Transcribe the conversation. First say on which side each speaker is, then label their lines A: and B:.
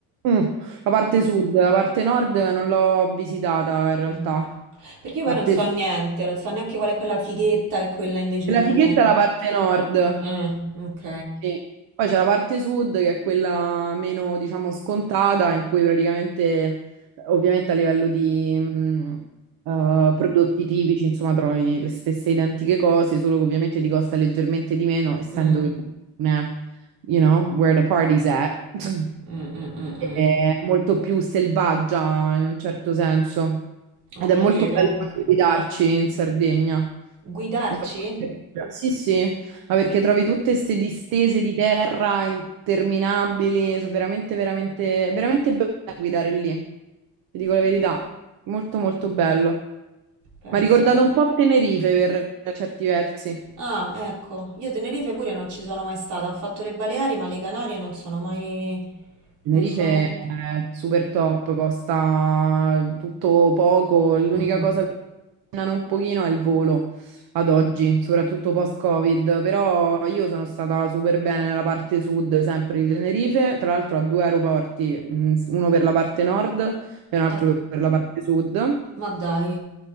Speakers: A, on the right; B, on the right.
A: Mm, La parte sud, la parte nord non l'ho visitata in realtà.
B: Mm. Perché io poi
A: La parte
B: non so
A: sud.
B: niente, non so neanche qual è quella fighetta e quella invece
A: La
B: più...
A: fighetta è la parte nord.
B: Mm, ok.
A: Sì. Poi c'è la parte sud che è quella meno, diciamo, scontata, in cui praticamente, ovviamente a livello di mh, eh, prodotti tipici, insomma, trovi le stesse identiche cose, solo che ovviamente ti costa leggermente di meno, essendo
B: Mm,
A: che, non è, you know, where the party's at, <laughs>
B: mm, mm, mm,
A: è
B: mm.
A: molto più selvaggia in un certo senso.
B: Ho
A: Ed è
B: capito.
A: molto bello anche guidarci in Sardegna.
B: Guidarci?
A: Non so come dire. Sì, sì. Ma perché trovi tutte queste distese di terra interminabili, sono veramente, veramente, veramente bello guidare lì. Ti dico la
B: Eh,
A: verità, molto molto bello.
B: Pensa.
A: Mi ha ricordato un po' Tenerife per certi versi.
B: Ah, ecco, io Tenerife pure non ci sono mai stata, ho fatto le Baleari, ma le Canarie non sono mai...
A: Tenerife
B: non sono...
A: è super top, costa tutto poco, l'unica
B: Mm.
A: cosa che costano un pochino è il volo ad oggi, soprattutto post-Covid, però io sono stata super bene nella parte sud sempre di Tenerife, tra l'altro a due aeroporti, mh, uno per la parte nord e un altro
B: Ah,
A: per la parte sud.
B: ma dai,